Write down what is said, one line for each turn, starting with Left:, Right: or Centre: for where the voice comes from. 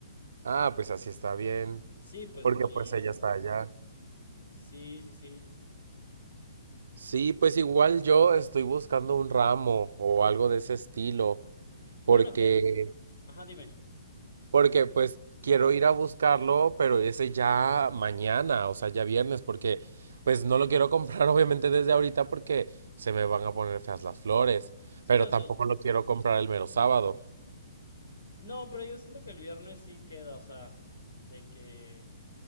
Right: Ah, pues así está bien,
Left: Sí, pues
Right: porque
Left: como
Right: pues
Left: no la
Right: ella
Left: veo.
Right: está allá.
Left: Sí, sí, sí.
Right: Sí, pues igual yo estoy buscando un ramo o algo de ese estilo,
Left: Bueno,
Right: porque
Left: que... Ajá, dime.
Right: Porque pues quiero ir a buscarlo, pero ese ya mañana, o sea, ya viernes, porque pues no lo quiero comprar <laughs> obviamente desde ahorita porque se me van a poner feas las flores,
Left: Sí,
Right: pero
Left: o sea...
Right: tampoco lo quiero comprar el mero sábado.
Left: No, pero yo siento que el viernes sí queda, o sea, de que...